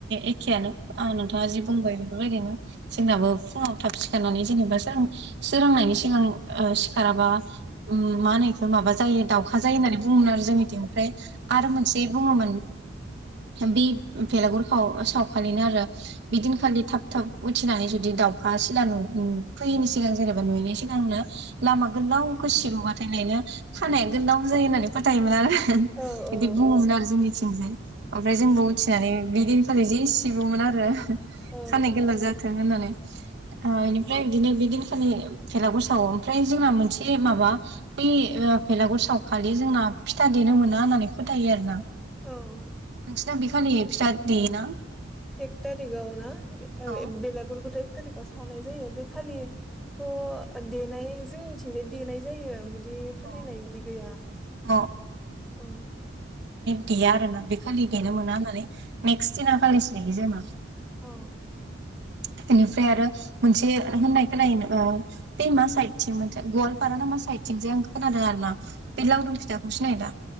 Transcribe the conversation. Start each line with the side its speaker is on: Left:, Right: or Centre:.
Right: एखे जखियानो आं नोंथाङा जि बुंबाय बेफोरबायदिनो जोंनाबो फुङाव थाब सिखारनानै जेनेबा सोर सोरोंनायनि सिगां सिखारनानै मा होनो दाउखौ माबा जायो दाउखा जायो होननानै बुङोमोन आरो जोंनिथि ओमफ्राय आरो मोनसे बुङोमोन बे बेलागुराव सावखालिनो आरो बिदिनखालि थाब थाब उथिनानै जुदि दाउखा सिला नु फैयैनि सिगां जेनेबा नुयैनि सिगांनो लामा गोलाव गोसिबोबाथाय नायनो खानाया गोलाव जायो होननानै फोथायोमोन आरो बिदि
Centre: औ
Right: बुङोमोन आरो जोंनिथिंजाय ओमफ्राय जोंबो उथिनानै बिदिनोखालि जि <unintelligible> आरो
Centre: औ
Right: खानाय गोलाव जाथों होननानै इनिफ्राय बिदिनो बिदिनखालि भेलाघुर सावो ओमफ्राय जोंना मोनसे माबा बै भेलागुर सावखा खालि जोंना फिथा देनो मोना होननानै फोथायो आरोना
Centre: औ
Right: <unintelligible> बिखाानि फिथा देयोना
Centre: एक तारिखआवना
Right: अ
Centre: बेलागुर <unintelligible> थारिकाव सावनाय जायो बे खालिथ' देनाय जोंनिथिंजाय देनाय जायो बिदि
Right: <inaudible>
Centre: फोथायनाय बिदि गैया औ
Right: देया आरोना बे खालि देनो
Centre: औ
Right: मोना होननानै नेक्स्ट दिना खालिसो देयो जोंना
Centre: अ
Right: <inaudible> इनिफ्राय आरो मोनसे होननाय खोननाय बे मा साइदथिं मोनसे गवालपार ना मा साइदथिं जे आं खोनादों आरोना बे लावदुम फिथाखौ सिनाय दा